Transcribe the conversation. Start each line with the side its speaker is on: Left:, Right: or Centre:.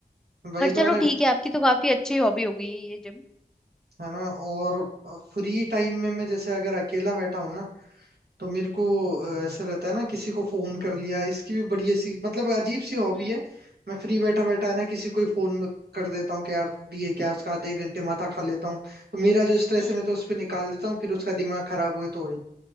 Right: वही
Centre: पर
Right: तो
Centre: चलो
Right: अरे
Centre: ठीक है आपकी तो काफी अच्छी हॉबी हो गई है ये जिम
Right: है ना और फ्री टाइम में मैं जैसे अगर अकेला बैठा हूं ना तो मेरे को अ, ऐसा रहता है ना किसी को फोन कर लिया इसकी भी बड़ी ऐसी मतलब अजीब सी हॉबी
Centre: हम्म
Right: है मैं फ्री बैठा बैठा है ना किसी को ही फोन कर देता हूँ कि यार तू फ्री है क्या उसका आधे एक घंटे माथा खा लेता हूँ तो मेरा जो स्ट्रेस
Centre: हम्म
Right: है मैं तो उस पर निकाल देता हूँ फिर उसका दिमाग खराब हुए तो हुए